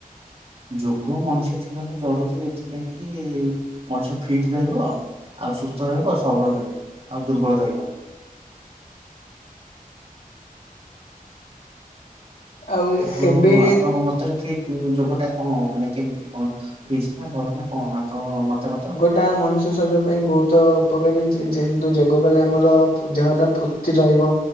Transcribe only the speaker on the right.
ଯୋଗ ମଣିଷ ଜୀବନରେ ଜରୁରୀ ଏଥିପାଇଁ କି ମଣିଷ ଫିଟ ରହିବ ଆଉ ସୁସ୍ଥ ରହିବ ଆଉ ସବଳ ରହିବ ଆଉ ଦୁର୍ବଳ ରହିବନି।
ଆପଣ
ଆପଣଙ୍କ ମତରେ ଫିଟ୍ ରୁହ ଯୋଗ ଟା କଣ ମାନେ କେମତି କଣ ଫିଜ୍ ନା ଭଲ ନା କଣ ଆପଣଙ୍କ ମତା ମତ?